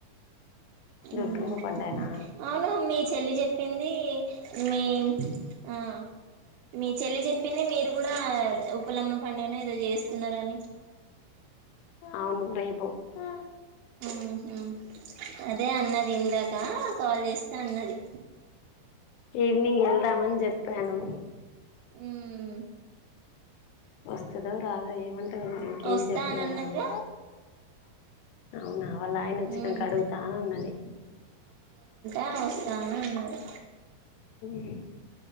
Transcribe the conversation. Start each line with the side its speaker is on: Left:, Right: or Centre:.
Left: దుర్గమ్మ
Right: మ్మ్
Left: పండుగాన
Right: అవును మీ చెల్లి చేప్పింది మీ ఆ మీ చెల్లి చెప్పింది మీరు కూడా ఉప్పలమ్మ పండుగనో ఏదో చేస్త స్తూన్నారని
Left: అవును రేపు ఆ
Right: ఉహు అదే అన్నది ఇందాక కాల్ చేస్తే అన్నది
Left: ఈవినింగ్ వెళ్దామని చెప్పాను
Right: మ్మ్
Left: వస్తాదో రాదో ఏమంటదో మరి ఇంకేం
Right: వస్తా
Left: చెప్పలేదు
Right: అని అన్నదిగా
Left: ఆమె అవునా వాళ్ళ ఆయన ఒచ్చినాక
Right: మ్మ్
Left: అడుగుతా అన్నది
Right: ఆ వస్తానని అన్నాడు
Left: ఉమ్